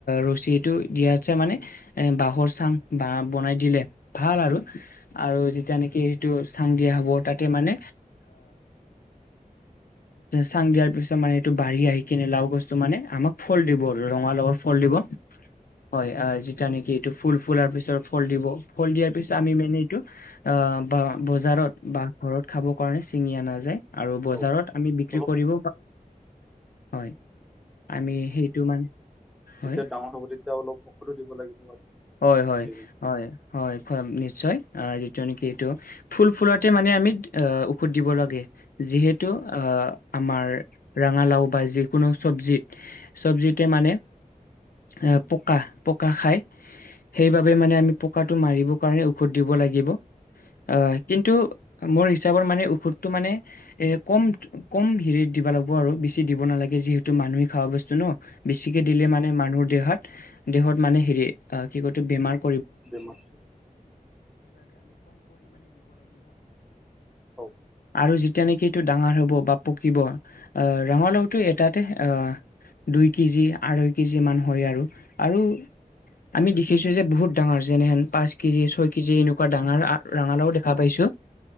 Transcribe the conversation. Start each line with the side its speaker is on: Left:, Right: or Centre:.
Left: ৰছীটো দিয়াতছে মানে এ বাঁহৰ চাং বা বনাই দিলে ভাল আৰু আৰু যেতিয়া নেকি সেইটো চাং দিয়া হ'ব তাতে মানে চাং দিয়াৰ পিছত মানে এইটো বাঢ়ি আহি কিনে লাও গছটো মানে আমাক ফল দিব আৰু ৰঙা লগাৰ ফল দিব হয় যেিতিয়া নেকি এইটো ফুল ফুলাৰ পিছত ফল দিব ফল দিয়াৰ পিছত আমি মানে এইটো অ বা বজাৰত বা ঘৰত খাব কাৰণে ছিঙি আনা যায় আৰু বজাৰত
Centre: অলপ
Left: আমি বিক্ৰী
Centre: অলপ
Left: কৰিব হয় আমি সেইটো মানে হয়
Centre: যেতিয়া ডাঙৰ হ'ব তেতিয়া অলপ ঔষধো দিব লাগিব আৰুিনি
Left: হয় হয় হয় হয় নিশ্চয় যিটো নেকি এইটো ফুল ফুলতে মানে আমি ঔষধ দিব লাগে যিহেতু আমাৰ ৰঙালাও বা যিকোনো চব্জিত চব্জিতে মানে এ পকা পকা খাই সেইবাবে মানে আমি পকাটো মাৰিবৰ কাৰণে ঔষধ দিব লাগিব হয় কিন্তু মোৰ হিচাপৰ মানে ঔষধটো মানে এ কম কম হেৰিত দিব লাগিব আৰু বেছি দিব নালাগে যিহেতু মানুহে খাব বস্তু ন বেছিকৈ দিলে মানে মানুহৰ দেহত দেহত মানে হেৰি কি কটো বেমাৰ ে
Centre: বেমাৰ অ
Left: আৰু যেতিয়া নেকি এইটো ডাঙৰ হ'ব বা পকিব আহ ৰঙালাওটো এটাতে আহ দুই কেজি আঢ়ৈ কেজি মান হয় আৰু আৰু আমি দেখিছো যে বহুত ডাঙৰ যেনেহেন পাঁচ কেজি ছয় কেজি এনেকুৱা ডাঙৰ ৰঙালাও দেখা পাইছো